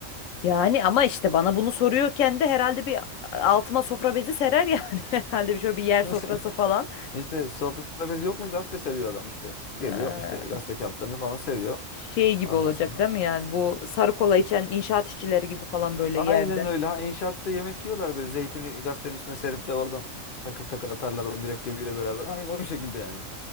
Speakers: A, on the left; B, on the left.
A: Yani ama işte bana bunu soruyorken de herhalde bir altıma sofra bezi serer yani <laughs> herhalde bir şöyle bir yer
B: <laughs>
A: sofrası falan
B: İşte sofra bezi yokmuş gazete seriyor adam işte geliyor
A: Ee,
B: işte gazete kağıtlarını falan seriyor.
A: şey gibi
B: Anlasam.
A: olacak değil mi yani bu sarı kola içen inşaat işçileri gibi falan böyle
B: Aynen
A: yerde.
B: öyle. Ha, inşaatta yemek yiyorlar böyle zeytini gazetenin üstüne serip de oradan takır takır atarlar o mürekkebiyle beraber. Aynı o şekilde yani.